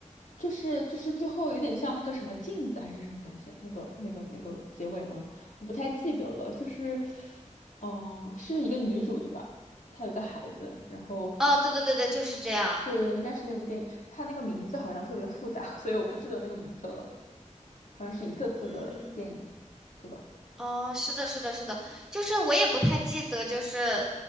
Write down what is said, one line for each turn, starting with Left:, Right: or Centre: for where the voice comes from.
Left: 就是就是最后有点像那个什么镜子还是什么东西，那个那个那个结尾吗？我不太记得了，就是嗯、呃是一个女主对吧？她有一个孩子，然后。
Centre: 哦，对对对对，就是这样。
Left: 对，对，应该是那部电影，它那个名字好像特别复杂，<laughs> 所以我不记得那个名字了，好像是一个字的电影，
Centre: 嗯。
Left: 对吧？
Centre: 哦，是的，是的，是的，就是我也不太记得，就是